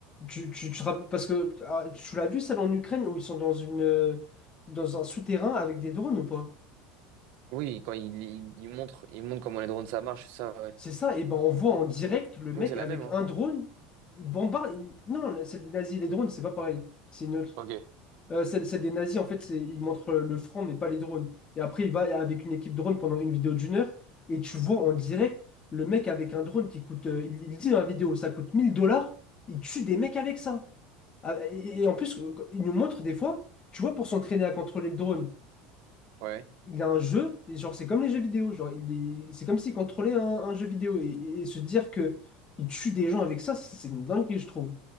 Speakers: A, on the left; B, on the right.
A: Tu, tu, tu te rappelles, parce que ah, tu l'as vu, celle en Ukraine, où ils sont dans une, euh, dans un souterrain avec des drones ou pas?
B: Oui quand il, il, il montre il montre comment les drones ça marche ça ouais.
A: C'est ça, et ben on voit en direct le
B: Je
A: mec
B: crois que c'est la
A: avec
B: même hein.
A: un drone, il bombarde. il- Non, celle des nazis, les drones, c'est pas pareil, c'est neutre.
B: Ok.
A: Euh, celle, celle des nazis, en fait, c'est, ils montrent le front, mais pas les drones. Et après, il va avec une équipe drone pendant une vidéo d'une heure, et tu vois en direct le mec avec un drone qui coûte, euh, il, il dit dans la vidéo, ça coûte 1000 dollars, il tue des mecs avec ça. Ah, Et et en plus, il nous montre des fois, tu vois, pour s'entraîner à contrôler le drone,
B: Ouais.
A: il a un jeu, et genre c'est comme les jeux vidéo, genre il est- c'est comme s'il contrôlait un, un jeu vidéo, et, et- et se dire que il tue des gens avec ça, c'est une dinguerie, je trouve.